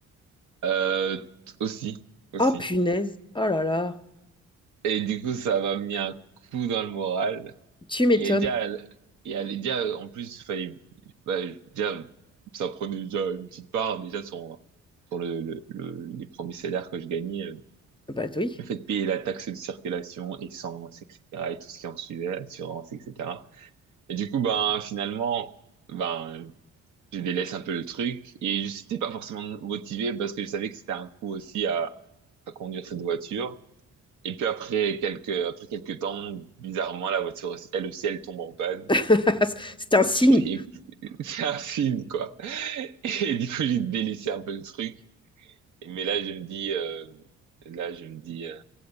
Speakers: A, on the right (about 70°); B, on the left (about 15°).
A: euh, aussi, aussi.
B: Oh punaise, oh là là,
A: Et du coup, ça m'a mis un coup dans le moral.
B: tu m'étonnes.
A: Et déjà, et elle- déjà en plus, fallait, bah, déjà, ça prenait déjà une petite part, déjà, sur, sur le, le, le- les premiers salaires que je gagnais. euh,
B: Bah oui,
A: Le fait de payer la taxe de circulation, essence, etc., et tout ce qui en suivait, assurance, etc. Et du coup, ben, finalement, ben, je délaisse un peu le truc. Et je n'étais pas forcément motivé parce que je savais que c'était un coût aussi à, à conduire cette voiture. Et puis après quelques, après quelques temps, bizarrement, la voiture, elle aussi, elle tombe en panne.
B: <laughs> c'est un signe.
A: Et <laughs> c'est un film, quoi. Et du coup, j'ai délaissé un peu le truc. Mais là, je me dis, euh, là, je me dis, euh,